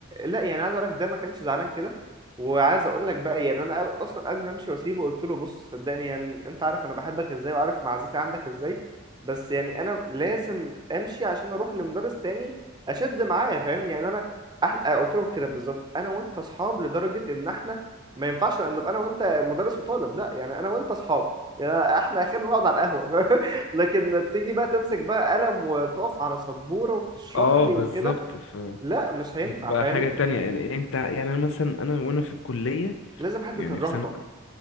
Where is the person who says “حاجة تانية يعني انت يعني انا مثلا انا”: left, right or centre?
Left